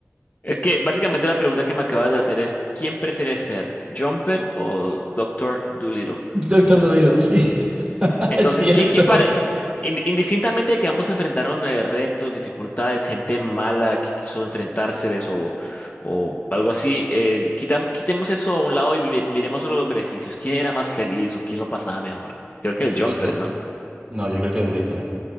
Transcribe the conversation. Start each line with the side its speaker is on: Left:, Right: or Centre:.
Left: Es que básicamente la pregunta que me acabas de hacer es, ¿quién prefiere ser Jumper o Doctor Dolittle?
Right: Doctor Dolittle, sí, <laughs>
Left: Entonces,
Right: es cierto.
Left: ¿qué, qué pare- ind- indistintamente de que ambos enfrentaron eh, retos, dificultades, gente mala que quiso enfrentárseles o, o algo así, eh, quitam- quitemos eso a un lado y mi- miremos solo los beneficios. ¿Quién era más feliz o quién lo pasaba mejor? Creo
Right: Durito.
Left: que el Jumper, ¿no?
Right: No, yo creo que Durito, ¿eh?